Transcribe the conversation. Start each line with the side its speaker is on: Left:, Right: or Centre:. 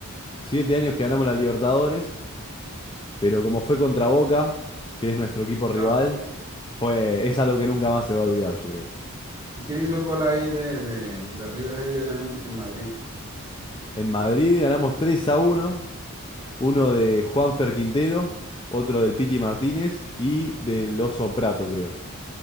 Left: Siete años que ganamos la Libertadores. Pero como fue contra Boca, que es nuestro equipo rival,
Right: Ah, sí.
Left: fue, es algo que nunca más se va a olvidar, yo creo.
Right: ¿Y quién hizo el gol ahí de, de, de River ese día allá en, en Madrid?
Left: En Madrid ganamos tres a uno, Uno de Juanfer Quintero, otro del Piti Martínez y del Oso Prato, creo.